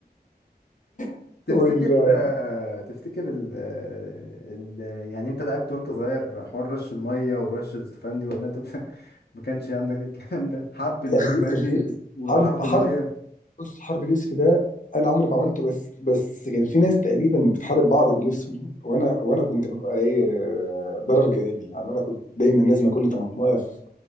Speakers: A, on the left; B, on the left.
A: <laughs>
B: تفتكر
A: وال
B: آه، تفتكر ال... آه، ال... يعني انت لعبت وانت صغير حوار رش الميه ورش الاستفندي ولا انت <laughs> ما كانش عندك الكلام ده حرب اليوستفندي
A: لا ال- ال-
B: وحرب
A: حرب حرب
B: الميه
A: بص حرب اليوسف ده انا عمري ما عملته بس بس كان في ناس تقريبا بتحارب بعض باليوسفي وانا وانا كنت ببقى ايه آه، ضرر جانبي يعني انا كنت دايما لازم كل طماطمايه في